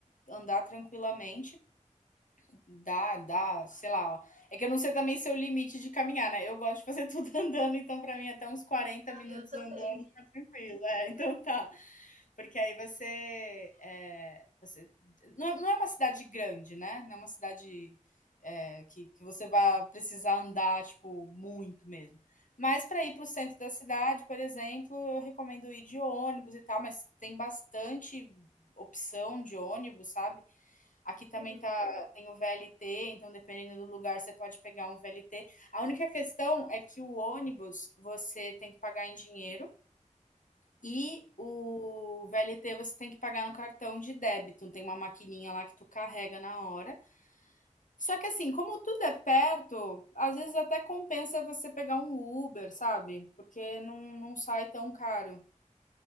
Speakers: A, on the left (about 75°); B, on the right (about 70°).
A: andar tranquilamente, dá dá, sei lá, ó. é que eu não sei também seu limite de caminhar, né, eu gosto de fazer <laughs> tudo andando, então para mim até uns 40 minutos
B: Eu também.
A: andando tá tranquilo. É, então tá porque aí você, é, você não, é, não, é uma cidade grande, né? Não é uma cidade é, que, que você vai precisar andar tipo muito mesmo. Mas para ir para o centro da cidade, por exemplo, eu recomendo ir de ônibus e tal, mas tem bastante opção de ônibus, sabe? Aqui também
B: Uhum.
A: tá, tem o VLT, então dependendo do lugar você pode pegar um VLT. A única questão é que o ônibus você tem que pagar em dinheiro. E o VLT você tem que pagar no cartão de débito, tem uma maquininha lá que tu carrega na hora. Só que assim, como tudo é perto, às vezes até compensa você pegar um Uber, sabe? Porque não, não sai tão caro.